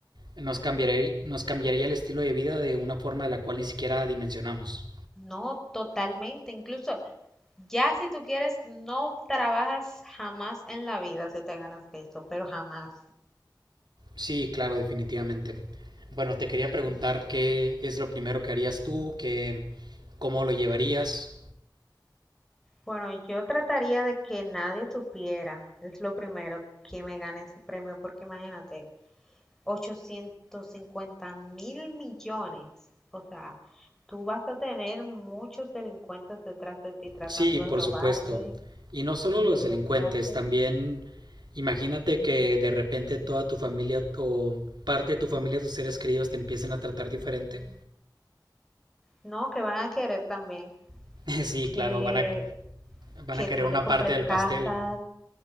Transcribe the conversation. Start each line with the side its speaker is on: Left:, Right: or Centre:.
Right: Nos cambiaría, nos cambiaría el estilo de vida de una forma de la cual ni siquiera dimensionamos.
Centre: No, totalmente. Incluso ya si tú quieres, no trabajas jamás en la vida si te ganas esto, pero jamás.
Right: Sí, claro, definitivamente. Bueno, te quería preguntar qué es lo primero que harías tú, qué, cómo lo llevarías.
Centre: Bueno, yo trataría de que nadie supiera, es lo primero, que me gane ese premio, porque imagínate, ochocientos cincuenta mil millones. O sea, tú vas a tener muchos delincuentes detrás de ti tratando
Right: Sí, por
Centre: de robarte,
Right: supuesto. Y no solo los
Centre: secuestrarte.
Right: delincuentes, también imagínate que de repente toda tu familia o parte de tu familia, tus seres queridos te empiecen a tratar diferente.
Centre: No, que van a querer también
Right: <laughs> Sí,
Centre: que,
Right: claro, van a, van
Centre: que
Right: a querer
Centre: tú
Right: una
Centre: le compres
Right: parte del
Centre: casas,
Right: pastel.